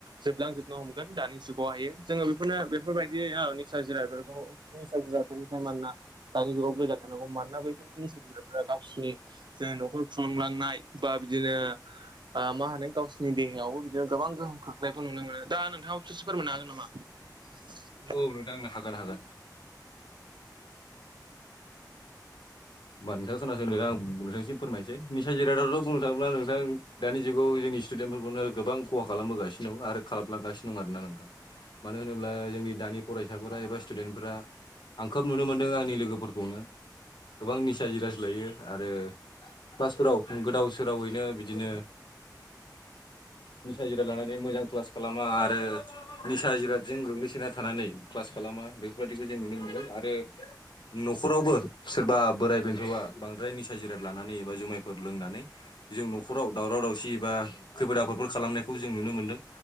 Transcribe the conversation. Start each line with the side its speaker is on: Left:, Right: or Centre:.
Right: जोबलांजोबनो हमगोन दानि जुगावहायो जोङो बेफोरनो बेफोरबायदि बे औ निसा जिरा बेफोरखौ निसा जिराफोरनिफ्राय मानना दानि जुगाव गोजान थानांगौ मानोना बैफोरनि निसा जिरादफोरा गावसिनि जों न'खर थुलुंलांनाय बा बिदिनो मा होनो गावसिनि देहायावबो बिदिनो गोबां गोहोम खोख्लैनायखौ नुनो मोनो दा नोंथाङाबो ससे फोरमायनो हागोन नामा <inaudible>
Left: औ नोंथां हागोन हागोन <unintelligible> आं नोंथांसिम फोरमायनोस निसा जिरादाथ बुंनो थाङोब्ला नोंथां दानि जुगाव जोंनि स्टुडेन्टफोरखौनो गोबां खहा खालामबोगासिनो दं आरो खालामलांगासिनो दं आरोना नोंथां मानो होनोब्ला जोंनि दानि फरायसाफोरा एबा स्टुदेन्टफोरा आं खोब नुनो मोन्दों आंनि लोगोफोरखौनो गोबां निसा जिराद लायो आरो क्लासफोराव गोदाव सोरावैनो बिदिनो
Right: <inaudible>
Left: निसा जिराद लानानै मोजां क्लास खालामा आरो निसा जिरादजों गोग्लैसोना थानानै क्लास खालामा बेफोरबायाददिखौ जों नुनो मोनदों आरो न'खरावबो सोरबा बोराइ बेन्थआ बांद्राय निसा जिराद लानानै एबा जुमायफोर लोंनानै जों न'खराव दावराव दावसि बा खैफोद आफोदफोर खालामनायखौ जों नुनो मोनदों